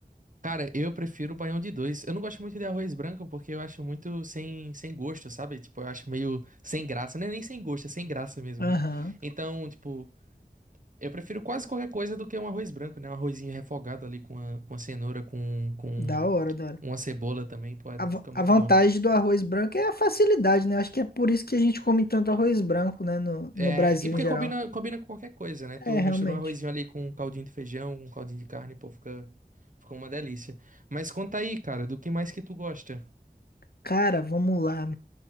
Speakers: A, on the right (about 55°); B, on the left (about 70°).
A: Cara, eu prefiro o baião de dois. Eu não gosto muito de arroz branco porque eu acho muito sem, sem gosto, sabe? Tipo, eu acho meio sem graça. Não é nem sem gosto, é sem graça mesmo,
B: Aham.
A: né? Então, tipo, eu prefiro quase qualquer coisa do que um arroz branco, né? Um arrozinho refogado ali com a, com a cenoura, com, com
B: Da hora, da hora.
A: uma cebola também. Pô, é-
B: A, va-
A: fica muito
B: a vantagem
A: bom.
B: do arroz branco é a facilidade, né? Acho que é por isso que a gente come tanto arroz branco, né? No, no
A: É,
B: Brasil
A: e porque
B: em geral.
A: combina, combina com qualquer coisa, né? Tu
B: É, realmente.
A: mistura um arrozinho ali com um caldinho de feijão, com um caldinho de carne, pô, fica, fica uma delícia. Mas conta aí, cara, do que mais que tu gosta?
B: Cara, vamos lá.